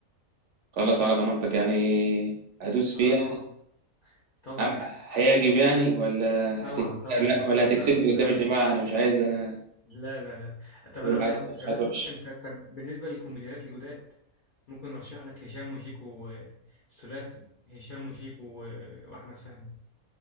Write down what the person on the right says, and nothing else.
خلاص على ضمانتك يعني هدوس
فيه
أم هيعجب يعني ولا
هتك...
لا ولا هتكسفني
قدام الجماعة
أنا مش عايز أنا
يقول
عليها
مدفوعات
وحشة